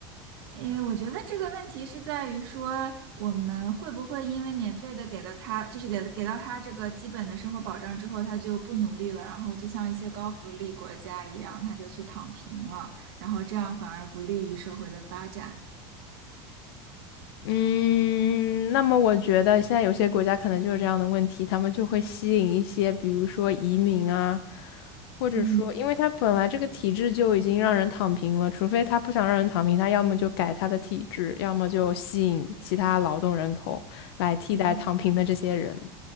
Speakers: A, on the right; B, on the left.
A: 诶，我觉得这个问题是在于说，我们会不会因为免费的给了他，就是给给到他这个基本的生活保障之后，他就不努力了，然后就像一些高福利国家一样，他就去躺平了，然后这样反而不利于社会的发展。
B: 嗯，那么我觉得现在有些国家可能就有这样的问题，他们就会吸引一些，比如说移民啊，或者说，
A: 嗯
B: 因为他本来这个体制就已经让人躺平了，除非他不想让人躺平，他要么就改他的体制，要么就吸引其他劳动人口来替代躺平的这些人。
A: 嗯。